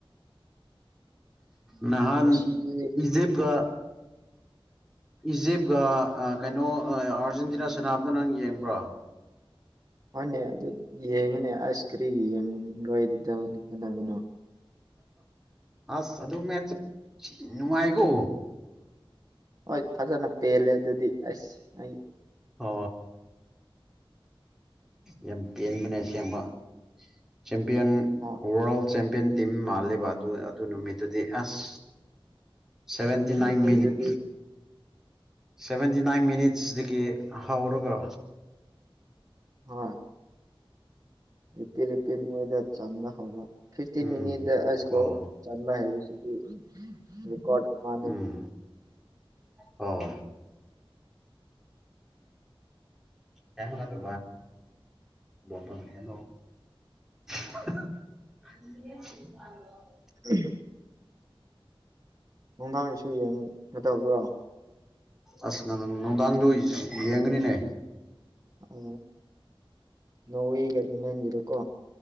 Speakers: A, in the centre; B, on the right.
A: ꯅꯍꯥꯟ
B: ꯉꯁꯤꯗꯤ
A: ꯏꯖꯦꯞꯒ ꯏꯖꯤꯞꯒ ꯀꯩꯅꯣ ꯑꯥꯔꯖꯦꯟꯇꯤꯅꯥ ꯁꯥꯟꯅꯕꯗ ꯅꯪ ꯌꯦꯡꯕ꯭ꯔꯣ
B: ꯍꯣꯏꯅꯦ ꯑꯗꯨ ꯌꯦꯡꯉꯅꯦ ꯑꯥꯏꯁ ꯀꯔꯤ ꯌꯦꯡꯔꯣꯏꯗꯤ ꯇꯧꯅꯤꯡꯕꯅꯣ
A: ꯑꯁ ꯑꯗꯨ ꯃꯦꯆ ꯅꯨꯡꯉꯥꯏꯈꯣ
B: ꯍꯣꯏ ꯐꯖꯅ ꯄꯦꯜꯂꯦ ꯑꯗꯨꯗꯤ ꯑꯁ ꯑꯩ
A: ꯍ ꯌꯥꯝ ꯄꯦꯟꯕꯅꯦ ꯑꯁꯦꯡꯕ ꯆꯦꯝꯄꯤꯌꯟ
B: ꯍꯣꯏ
A: ꯋꯥꯔꯜ ꯆꯦꯝꯄꯤꯌꯟ ꯇꯤꯝ ꯃꯥꯜꯂꯤꯕ ꯑꯗꯨ ꯑꯗꯨ ꯅꯨꯃꯤꯠꯇꯨꯗꯤ ꯑꯁ ꯁꯚꯦꯟꯇꯤ
B: ꯑꯗꯨ
A: ꯅꯥꯏꯟ
B: ꯅꯨꯃꯤꯠꯗꯨꯗꯤ
A: ꯃꯤꯅꯤꯠ ꯁꯚꯦꯟꯇꯤ ꯅꯥꯏꯟ ꯃꯤꯅꯤꯠꯁꯗꯒꯤ ꯍꯧꯔꯒ
B: ꯍꯣꯏ ꯔꯤꯄꯤꯠ ꯔꯤꯄꯤꯠ ꯃꯣꯏꯗ ꯆꯟꯕ ꯍꯧꯕ ꯐꯤꯐꯇꯤꯟ
A: ꯎꯝ
B: ꯃꯤꯅꯤꯠ ꯏꯁꯀꯣꯜ
A: ꯑꯣ
B: ꯆꯟꯕ ꯍꯥꯏꯕꯁꯤꯗꯤ ꯔꯦꯀꯣꯔꯠ ꯑꯃꯅꯤ
A: ꯎꯝ ꯑꯣ ꯀꯦꯃꯦꯔꯥ ꯇ ꯣ ꯍꯂꯣ <unintelligible>
B: ꯎꯝ ꯅꯨꯡꯗꯥꯡꯒꯤꯁꯨ ꯌꯦꯡꯒꯗꯕ꯭ꯔꯣ
A: ꯑꯁ ꯉ ꯅꯨꯡꯗꯥꯡꯗ ꯌꯦꯡꯒꯅꯤꯅꯦ
B: ꯑ ꯅꯣꯋꯦꯒ ꯏꯪꯂ꯭ꯂꯦꯟꯒꯤꯗꯣꯀꯣ